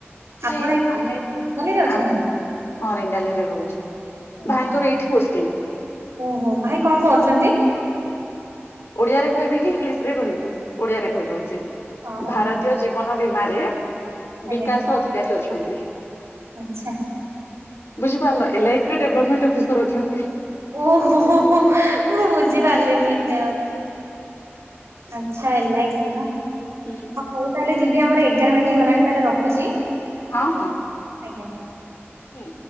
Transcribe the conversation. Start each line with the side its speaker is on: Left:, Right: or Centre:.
Left: ଯେ
Right: ଆପଣ
Left: ଆମେ
Right: ରେଙ୍ଗାଲିରେ ଅଛନ୍ତି?
Left: ଆ- ହଁ ରେଙ୍ଗାଲିରେ ରହୁଛି,
Right: ଓହୋ
Left: ଭାଇଙ୍କର ଏଇଠି ପୋଷ୍ଟିଙ୍ଗ୍।
Right: ଓହୋ, ଭାଇ କଣ କରୁଛନ୍ତି?
Left: ଓଡିଆରେ କହିବି କି ଇଂଲିଶ ରେ କହିବି ଓଡିଆରେ କହିଦଉଛି
Right: ହଁ ହଁ
Left: ଭାରତୀୟ
Right: କୁ
Left: ଜୀବନ। ବୀମାରେ
Right: ଆଜ୍ଞା
Left: ବିକାଶ ଅଧିକାରୀ ଅଛନ୍ତି।
Right: ଆଚ୍ଛା।
Left: ବୁଝିପାରିଲ L I C development officer ଅଛନ୍ତି।
Right: ଓ ହୋ ହୋ ହୋ ମୁଁ ବୁଝିପାରିଲିନି ଏତେ ଆଉ। ଆଛା ଏଲା ଆଇ ସି ନା। ହଁ
Left: ହୁଁ
Right: ହଉ ତାହେଲେ ଯିବି ଆମର ଏଗାର ମିନିଟ୍ ହେଇଗଲାଣି ତାହେଲେ ରଖୁଛି।
Left: ହଁ, ହଁ।
Right: ଆଜ୍ଞା।
Left: ହୁଁ।